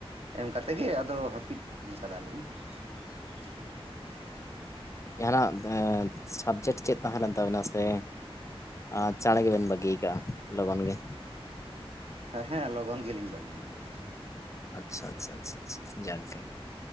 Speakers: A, on the right; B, on the left.
A: ᱮᱢ ᱠᱟᱛᱮ ᱜᱮ ᱟᱫᱚ ᱦᱟᱯᱤᱫ ᱠᱟᱫᱟᱞᱤᱧ᱾ <inaudible>
B: ᱡᱟᱸᱦᱟᱱᱟᱜ ᱥᱟᱵᱡᱮᱴ ᱪᱮᱫ ᱛᱟᱸᱦᱮ ᱞᱮᱱ ᱛᱟᱵᱮᱱᱟ ᱥᱮ᱾ ᱟᱸ ᱪᱟᱸᱬ ᱜᱮᱵᱮᱱ ᱵᱟᱜᱤ ᱠᱟᱜ-ᱟ ᱞᱚᱜᱚᱱ ᱜᱮ᱾
A: ᱦᱮᱸ ᱦᱮᱸ ᱞᱚᱜᱚᱱ ᱜᱮᱞᱤᱧ ᱵᱟᱜᱤ ᱠᱟᱜ-ᱟ᱾
B: ᱟᱪ-ᱪᱷᱟ ᱟᱪᱪᱷᱟ ᱟᱪᱪᱷᱟ ᱡᱟᱠᱜᱮ